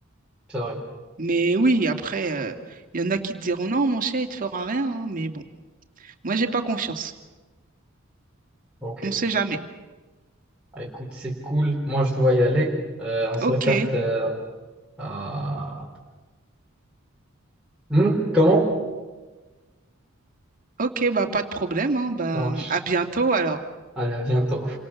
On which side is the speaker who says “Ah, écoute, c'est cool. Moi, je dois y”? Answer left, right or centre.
Centre